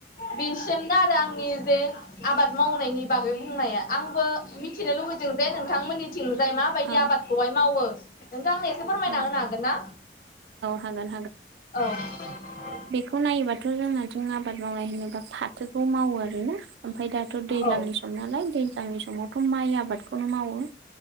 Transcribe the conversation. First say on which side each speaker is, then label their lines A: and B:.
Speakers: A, on the left (about 50°); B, on the right (about 75°).
A: बिसिमनो आरो आंनि जे आबाद मावनायनि बागै बुंनाया आंबो मिथिनो लुुबैदों जे नोंथांमोननि <unintelligible> थिंजाय माबायदि
B: औ
A: आबादखौहाय मावो। नोंथां आंनो एसे फोरमायना
B: औ
A: होनो हागोन ना
B: हागोन
A: औ
B: खौ नायोबाथ' जोंनाथिं आबाद मावनाय होनोबा फाथोखौ मावो आरोना ओमफाय दाथ' दैलांनि
A: औ
B: सम नालाय दैज्लांनि समावथ' माइ आबादखौनो मावो